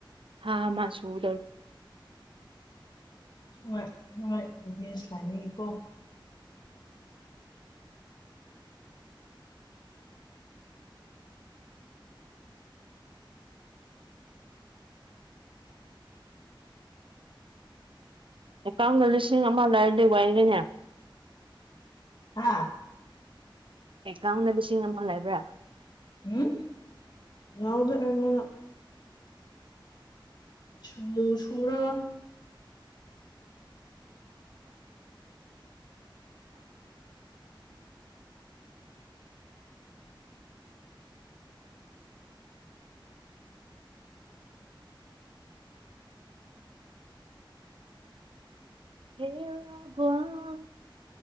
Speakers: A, on the right (about 80°); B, on the left (about 55°).
A: ꯍꯥ ꯃꯥ ꯁꯨꯗ
B: ꯍꯣꯏ ꯍꯣꯏ ꯅꯦꯁ ꯂꯥꯏꯕꯒꯤꯀꯣ <unintelligible>
A: ꯑꯦꯀꯥꯎꯟꯗ ꯂꯤꯁꯤꯡ ꯑꯃ ꯂꯩꯔꯗꯤ ꯋꯥꯏꯒꯦꯅꯦ
B: ꯍꯥꯥ
A: ꯑꯦꯀꯥꯎꯟꯗ ꯂꯤꯁꯤꯡ ꯑꯃ ꯂꯩꯕ꯭ꯔꯥ
B: ꯎꯝ ꯌꯥꯎꯗꯦ ꯑꯩꯉꯣꯟꯗ ꯁꯨ ꯁꯨꯔꯒ
A: <unintelligible>